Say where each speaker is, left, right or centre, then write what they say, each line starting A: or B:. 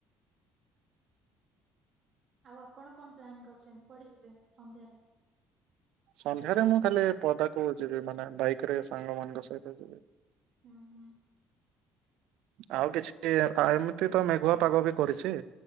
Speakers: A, on the right (about 30°); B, on the right (about 70°).
A: ଆଉ ଆପଣ କଣ ପ୍ଲାନ୍ କରିୁଛନ୍ତି କୁଆଡେ ଯିବେ ସନ୍ଧ୍ୟାରେ।
B: ସନ୍ଧ୍ୟାରେ ମୁଁ ଖାଲି ପଦାକୁ ଯିବି ମାନେ ବାଇକ ରେ ସାଙ୍ଗମାନଙ୍କ ସହିତ ଯିବି।
A: ହୁଁ, ହୁଁ।
B: ଆଉ କିଛି ଦ ଏମିତି ତ ମେଘୁଆ ପାଗ ବି କରିଛି